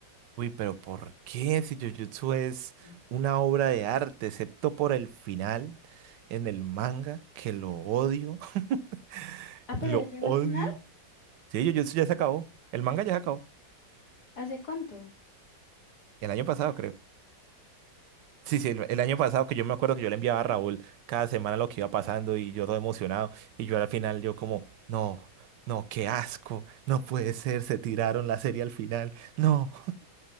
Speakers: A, on the right; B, on the left.
A: Uy, pero ¿por qué si Jujutsu es
B: Mm.
A: una obra de arte, excepto por el final en el manga, que lo odio, <laughs>
B: Ah, pero
A: lo
B: ya llegó
A: odio?
B: al final.
A: Sí, Jujutsu ya se acabó, el manga ya se acabó,
B: ¿Hace cuánto?
A: el año pasado creo. Sí, sí, el, el año pasado que yo me acuerdo que yo le enviaba a Raúl cada semana lo que iba pasando y yo todo emocionado y yo al final yo como, no, no, qué asco, no puede ser, se tiraron la serie al final, no.